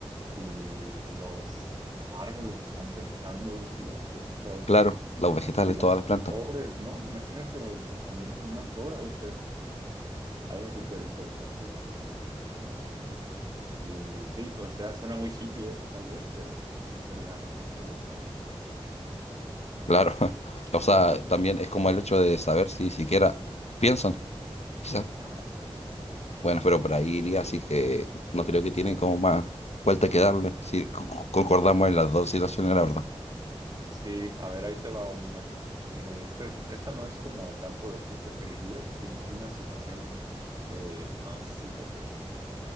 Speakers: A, on the right; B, on the left.
A: si los árboles están pensando, si las plantas,
B: Claro,
A: si
B: los vegetales,
A: Si las
B: todas las plantas.
A: flores, ¿no? Imagínate el pensamiento de una flor, ha de ser algo súper interesante de escuchar. Ah, y sí, pues, o sea, suena muy hippie eso tal vez, pero sí estaría, estaría padre.
B: Claro, <laughs>
A: <laughs>
B: o sea, también es como el hecho de saber si siquiera piensan, quizás.
A: Ajá,
B: Bueno, pero por ahí
A: sí,
B: iría,
A: sí, sí.
B: así que no creo que tiene como más vuelta que darle, si co- co- concordamos en las dos situaciones, la verdad.
A: Sí, a ver, ahí te va una. Eh, esta es- esta no es como tanto de qué preferirías, sino una situación eh, más hipotética, ¿no?